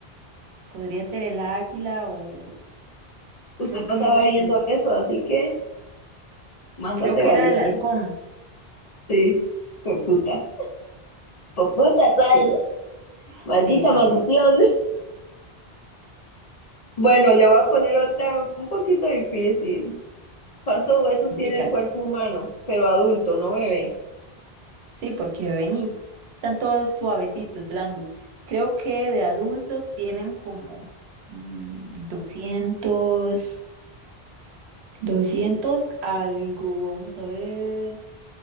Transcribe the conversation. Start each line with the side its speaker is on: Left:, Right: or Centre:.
Right: podría ser el águila o
Left: usted
Right: creo
Left: pasaba
Right: que
Left: viendo
Right: se le,
Left: eso, así que mándate
Right: creo que
Left: valiente.
Right: era el halcón.
Left: Sí, hijo puta. Hijo puta sal,
Right: Sí,
Left: maldita
Right: sí, no,
Left: maldición.
Right: no.
Left: Bueno, le voy a poner otra un poquito difícil. ¿Cuántos huesos tiene
Right: Dígalo.
Left: el cuerpo humano? Pero adulto, no bebé.
Right: Sí, porque vení, están todos suavecitos, blandos. Creo que de adultos tienen como mm, 200 200 algo. Vamos a ver.